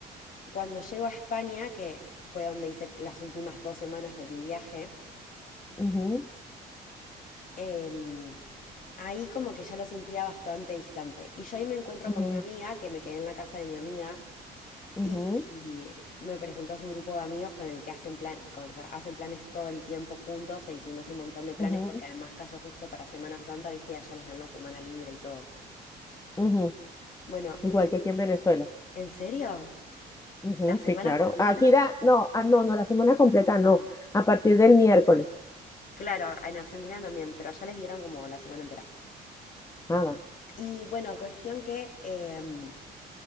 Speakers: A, on the left; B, on the left.
A: cuando llego a España, que fue donde hice las últimas dos semanas de mi viaje,
B: ujú,
A: em, ahí como que ya lo sentía bastante distante. Y yo ahí me encuentro
B: ujú,
A: con una amiga que me quedé en la casa de mi amiga
B: ujú,
A: Y me presentó a su grupo de amigos con el que hacen plan, con- o sea, hacen planes todo el tiempo juntos e hicimos un montón de planes
B: ujú,
A: porque además cayó justo para Semana Santa, viste, y allá les dan la semana libre y todo.
B: ujú.
A: Bueno,
B: Igual
A: ¿y en,
B: que aquí en Venezuela.
A: ¿en serio?
B: Ujú,
A: ¿La semana
B: sí, claro.
A: completa?
B: Aquí da, no, ah, no, no, la semana completa no,
A: Ah,
B: a partir del miércoles.
A: claro, en Argentina también, pero allá les dieron como la semana entera.
B: Ah, vale.
A: Y bueno, cuestión que em,